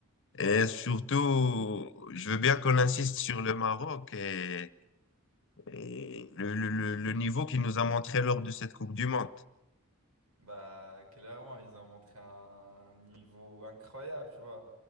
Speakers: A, on the right (about 90°); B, on the left (about 60°).
A: Ouais,
B: Et surtout, je veux bien qu'on insiste sur le Maroc et, et le, le- le- le niveau qu'il nous a montré lors de cette Coupe du Monde.
A: bah clairement, ils ont montré un niveau incroyable, tu vois.